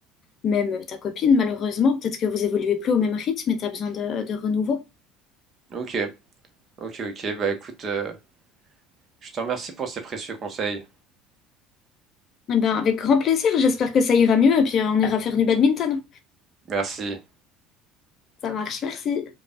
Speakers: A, on the left; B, on the right.
A: même ta copine, malheureusement, peut-être que vous évoluez plus au même rythme et t'as besoin de, de renouveau.
B: Ok, ok, ok. Bah écoute, euh, je te remercie pour ces précieux conseils.
A: Eh ben, avec grand plaisir. J'espère que ça ira mieux et puis euh, on ira faire du badminton.
B: Merci.
A: Ça marche, merci.